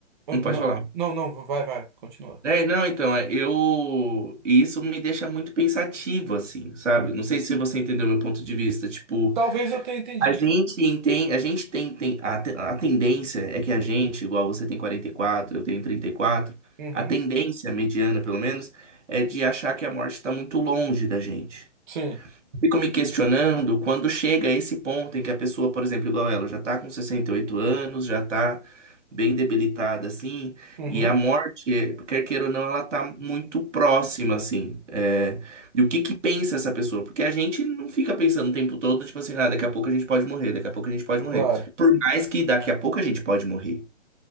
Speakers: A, on the right; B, on the right.
A: eu-
B: não
A: Não,
B: pode falar.
A: não, não, vai, vai, continua.
B: É, não, então, é, eu. E isso me deixa muito pensativo, assim, sabe? Não sei se você entendeu meu ponto de vista. Tipo,
A: Talvez eu tenha entendido.
B: A gente entende, a gente tem, tem a, te- a tendência é que a gente, igual você tem 44, eu tenho 34,
A: Uhum,
B: a tendência mediana, pelo menos, é de achar que a morte está muito longe da gente.
A: sim,
B: Fico me questionando quando chega a esse ponto em que a pessoa, por exemplo, igual ela, já tá com 68 anos, já tá bem debilitada, assim,
A: uhum,
B: e a morte, quer queira ou não, ela tá muito próxima, assim. É, E o que que pensa essa pessoa? Porque a gente não fica pensando o tempo todo, tipo assim, ah, daqui a pouco a gente pode morrer, daqui a pouco a gente pode morrer.
A: claro.
B: Por mais que daqui a pouco a gente pode morrer,